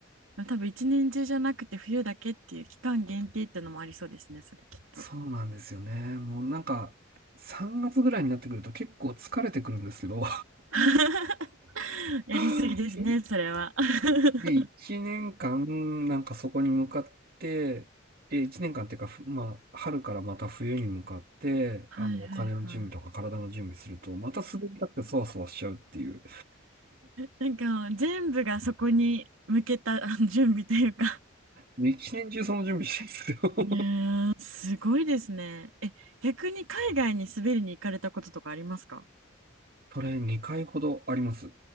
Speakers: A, on the right; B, on the right.
A: 多分一年中じゃなくて冬だけっていう期間限定ってのもありそうですね、それきっと。
B: そうなんですよね。もうなんか、3月ぐらいになってくると結構疲れてくるんですけど、
A: <laughs> やりすぎですね、
B: <laughs> け
A: それは。<laughs>
B: ねいちねんかん、1年間なんかそこに向かって、え、1年間っていうか、ふまあ、春からまた冬に向かって、
A: はいはいはい。
B: あの、お金の準備とか体の準備すると、また滑りたくてそわそわしちゃうっていう。
A: なんか全部がそこに向けたあの <laughs> 準備というか
B: 一年中その準備してるんですよ。
A: ねえすごいですね。え、逆に海外に滑りに行かれたこととかありますか
B: <laughs> それ2回ほどあります。